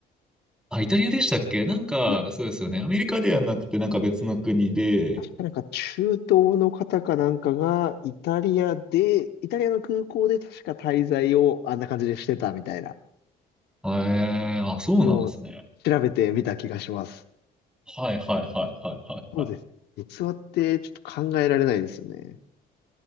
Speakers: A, in the centre; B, on the left.
A: あ、イタリアでしたっけなんか、
B: な
A: そうですよね。アメリカではなくて、なんか別の国で。
B: 確かなんか中東の方かなんかが、イタリアで、イタリアの空港で確か滞在をあんな感じでしてたみたいな
A: ええ、あ、そうなんですね。
B: のを調べてみた気がします。
A: はいはいはいはいはいはい。
B: そうですね。実話ってちょっと考えられないですよね。